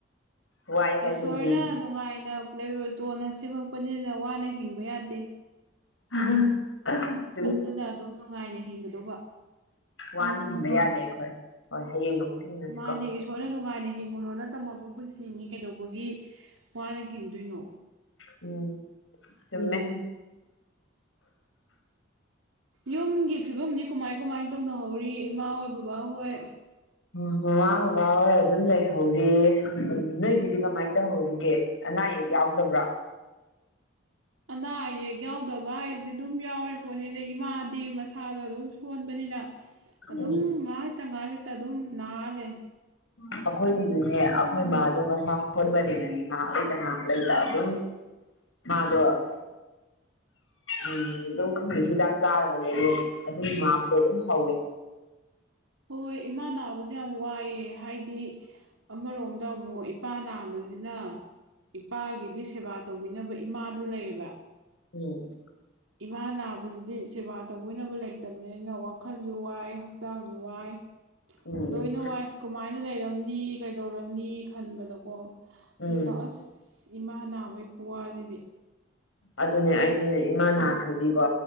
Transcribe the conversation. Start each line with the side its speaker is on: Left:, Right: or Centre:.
Left: ꯋꯥꯏ ꯍꯥꯏ
Right: ꯏꯁꯣꯔꯅ
Left: ꯍꯦꯗꯤ
Right: ꯅꯨꯡꯉꯥꯏꯅ ꯂꯩꯔꯨꯔꯣꯆꯣꯅ ꯁꯦꯝꯃꯛꯄꯅꯤꯅ ꯋꯥꯅ ꯍꯤꯡꯕ ꯌꯥꯗꯦ
Left: <unintelligible>
Right: ꯑꯗꯨꯅ ꯑꯗꯨꯝ ꯅꯨꯡꯉꯥꯏꯅ ꯍꯤꯡꯒꯗꯧꯕ
Left: ꯋꯥꯅ ꯍꯤꯡꯕ ꯌꯥꯗꯦ ꯑꯩꯈꯣꯏ ꯍꯣꯏ ꯍꯌꯦꯡ ꯑꯃꯨꯛ ꯊꯦꯡꯅꯁꯤꯀꯣ
Right: ꯃꯥꯅꯦ ꯏꯔꯣꯔꯅ ꯅꯨꯡꯉꯥꯏꯅ ꯍꯤꯡꯉꯨꯔꯣꯅ ꯇꯃꯛꯄ ꯄꯨꯟꯁꯤꯅꯤ ꯀꯩꯗꯧꯕꯒꯤ ꯋꯥꯅ ꯍꯤꯡꯗꯣꯏꯅꯣ
Left: ꯎꯝ ꯆꯨꯝꯃꯦ
Right: ꯌꯨꯝꯒꯤ ꯐꯤꯕꯝꯗꯤ ꯀꯃꯥꯏ ꯀꯃꯥꯏ ꯇꯧꯅꯍꯧꯔꯤ ꯏꯃꯥ ꯍꯣꯏ ꯕꯕꯥ ꯍꯣꯏ
Left: ꯃꯃꯥ ꯕꯕꯥ ꯍꯣꯏ ꯑꯗꯨꯝ ꯂꯩꯍꯧꯔꯦ ꯅꯣꯏꯒꯤꯗꯤ ꯀꯃꯥꯏꯅ ꯇꯧꯍꯧꯔꯤꯒꯦ ꯑꯅꯥꯌꯦꯛ ꯌꯥꯎꯗꯕ꯭ꯔꯥ
Right: ꯑꯅꯥ ꯑꯌꯦꯛ ꯌꯥꯎꯗꯕ ꯍꯥꯏꯁꯦ ꯑꯗꯨꯝ ꯌꯥꯎꯔꯤꯔꯤꯕꯣꯠꯅꯤꯅ ꯏꯃꯥꯗꯤ ꯃꯁꯥꯗꯣ ꯑꯗꯨꯝ ꯁꯣꯟꯕꯅꯤꯅ
Left: ꯎꯝ
Right: ꯑꯗꯨꯝ ꯉꯥꯜꯇ ꯉꯥꯂꯩꯇ ꯑꯗꯨꯝ ꯅꯂꯦ
Left: ꯑꯩꯈꯣꯏꯒꯤꯗꯨꯅꯦ ꯑꯩꯈꯣꯏ ꯃꯥꯗꯣ ꯉꯁꯥ ꯁꯣꯟꯕꯅꯤꯅꯅꯤ ꯉꯥꯏꯍꯥꯛ ꯂꯩꯇ ꯉꯍꯥꯛ ꯂꯩꯇ ꯑꯗꯨꯝ ꯃꯥꯗꯣ ꯎꯝ ꯑꯗꯨꯝ ꯈꯪꯗꯦ ꯍꯤꯗꯥꯛ ꯆꯥꯔꯒ ꯂꯩꯔꯦ ꯑꯗꯨꯝ ꯃꯥꯕꯗꯣ ꯑꯗꯨꯝ ꯍꯧꯋꯦ
Right: ꯍꯣꯏ ꯍꯣꯏ ꯏꯃꯥ ꯅꯥꯕꯁꯦ ꯌꯥꯝ ꯋꯥꯏꯑꯦ ꯍꯥꯏꯗꯤ ꯑꯃꯔꯣꯝꯗ ꯑꯃꯨꯛ ꯏꯄꯥ ꯅꯥꯝꯕꯁꯤꯅ ꯏꯄꯥꯒꯤꯗꯤ ꯁꯦꯕꯥ ꯇꯧꯕꯤꯅꯕ ꯏꯃꯥꯗꯨ ꯂꯩꯌꯦꯕ
Left: ꯎꯝ
Right: ꯏꯃꯥ ꯅꯥꯕꯁꯤꯗꯤ ꯁꯦꯕꯥ ꯇꯧꯕꯤꯅꯕ ꯂꯩꯇꯕꯅꯤꯅ ꯋꯥꯈꯜꯁꯨ ꯋꯥꯏ ꯍꯛꯆꯥꯡꯁꯨ ꯋꯥꯏ
Left: ꯎꯝ
Right: ꯂꯣꯏꯅ ꯋꯥꯏ ꯀꯃꯥꯏꯅ ꯂꯩꯔꯝꯅꯤ ꯀꯩꯗꯧꯔꯝꯅꯤ ꯈꯟꯕꯗꯀꯣ
Left: ꯎꯝ
Right: ꯑꯗꯨꯅ ꯑꯁ ꯏꯃꯥ ꯅꯥꯕꯒꯤ ꯈꯨꯋꯥꯁꯤꯗꯤ
Left: ꯑꯗꯨꯅꯦ ꯑꯩꯖꯨꯅꯦ ꯏꯃꯥ ꯅꯥꯈ꯭ꯔꯗꯤꯀꯣ